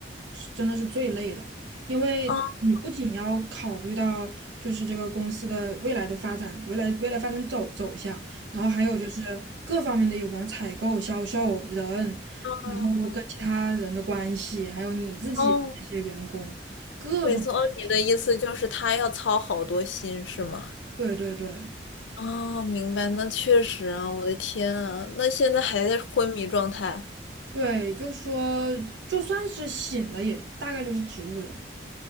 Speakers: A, on the right; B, on the left.
A: 是真的是最累的，因为你不仅要考虑到就是这个公司的未来的发展，
B: 啊
A: 未来未来发展走走向，然后还有就是各方面的有没有采购、销售、人，
B: 啊
A: 然后跟其他人的关系，还有你自己这些员工，
B: 哦，
A: 各种事情。
B: 没错，哦你的意思就是他要操好多心，是吗？
A: 对对对
B: 哦，明白，那确实啊，我的天啊，那现在还在昏迷状态
A: 对，就说，就算是醒了，也大概率是植物人，